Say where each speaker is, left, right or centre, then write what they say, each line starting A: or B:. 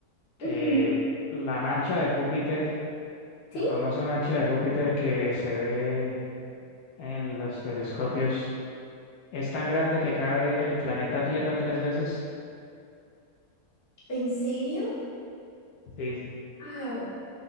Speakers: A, on the left; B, on the left.
A: que
B: Ujú,
A: la mancha de Júpiter
B: ¿Sí?
A: La famosa mancha de Júpiter que se ve en los telescopios es tan grande que cabe el planeta Tierra tres veces.
B: ¿En serio?
A: Sí.
B: Wow.